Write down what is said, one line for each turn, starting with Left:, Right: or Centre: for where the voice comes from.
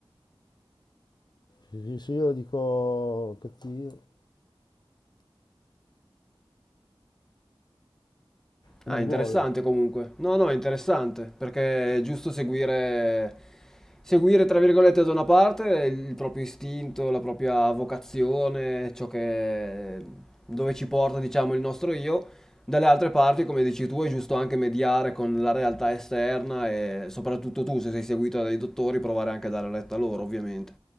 Left: Perché se io dico cattivo, non
Centre: Ah, interessante
Left: vuole.
Centre: comunque. No, no, è interessante, perché è giusto seguire, seguire, tra virgolette, da una parte il proprio istinto, la propria vocazione, ciò che, dove ci porta, diciamo, il nostro io. Dalle altre parti, come dici tu, è giusto anche mediare con la realtà esterna e soprattutto tu, se sei seguito dai dottori, provare anche a dare retta a loro, ovviamente.